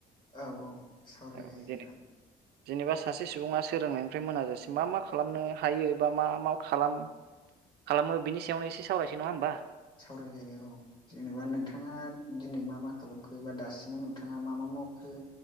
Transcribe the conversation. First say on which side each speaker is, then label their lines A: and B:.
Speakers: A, on the left; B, on the right.
A: औ औ सावरायजायो
B: औ जेने
A: नोंथां।
B: जेनेबा सासे सुबुङा सोलोंनायनिफ्राय मोनाजासे मा मा खालामनो हायो बा मा मा खालामो? खालामो बिनि सायावनो एसे सावरायसै नङा होनबा।
A: सावरायजायो औ जेनेबा नोंथाङा दिनै मा मा खालामखो बा दासिमाव नोंथाङा मा मा मावखो